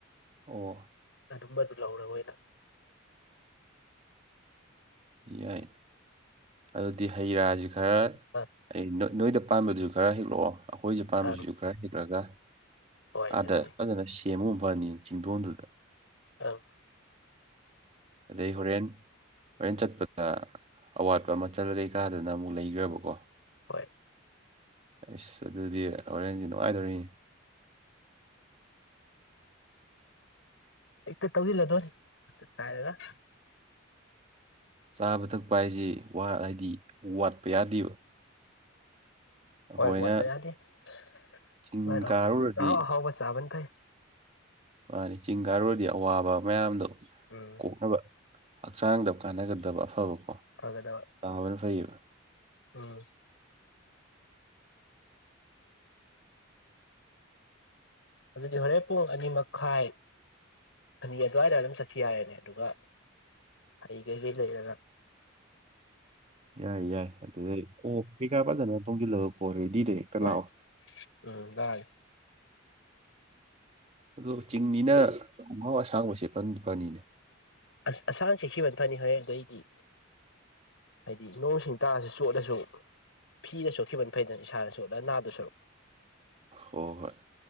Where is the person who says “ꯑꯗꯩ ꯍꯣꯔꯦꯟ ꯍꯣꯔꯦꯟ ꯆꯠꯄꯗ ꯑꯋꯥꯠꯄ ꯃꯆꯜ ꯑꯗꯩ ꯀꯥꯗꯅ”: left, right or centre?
Right